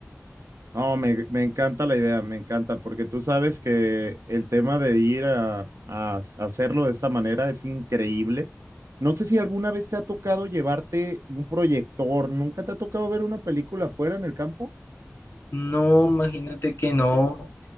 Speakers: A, on the right; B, on the left.
A: No, me, me encanta la idea, me encanta, porque tú sabes que el tema de ir a, a hacerlo de esta manera es increíble. No sé si alguna vez te ha tocado llevarte un proyector, ¿nunca te ha tocado ver una película afuera en el campo?
B: No, imagínate que no,